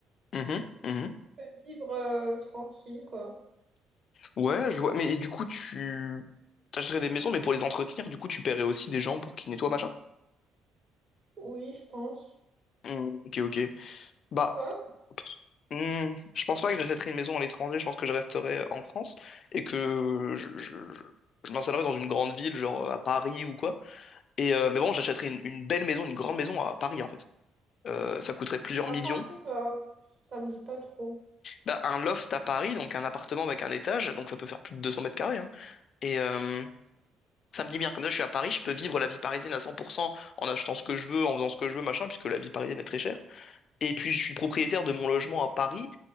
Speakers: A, on the left (about 60°); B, on the right (about 60°).
A: Mhm, mhm.
B: Je peux Vivre euh, tranquille, quoi.
A: Ouais, je vois. Mais et du coup, tu t'achèterais des maisons, mais pour les entretenir, du coup, tu paierais aussi des gens pour qu'ils nettoient, machin?
B: Oui, je pense.
A: Hmm, ok, ok. Bah,
B: Et toi?
A: hmm, je pense pas que j'achèterais une maison à l'étranger. Je pense que je resterais euh, en France et que je, je, je- je m'installerais dans une grande ville, genre euh, à Paris ou quoi. Et euh, mais bon, j'achèterais une, une belle maison, une grande maison à Paris, en fait. Euh, ça coûterait plusieurs
B: À
A: millions.
B: Paris, euh, ça me dit pas trop.
A: Bah, un loft à Paris, donc un appartement avec un étage, donc ça peut faire plus de 200 mètres carrés. hein. Et, euh, Ça me dit bien, comme ça je suis à Paris, je peux vivre la vie parisienne à 100% en achetant ce que je veux, en faisant ce que je veux, machin, puisque la vie parisienne est très chère. Et puis je suis propriétaire de mon logement à Paris,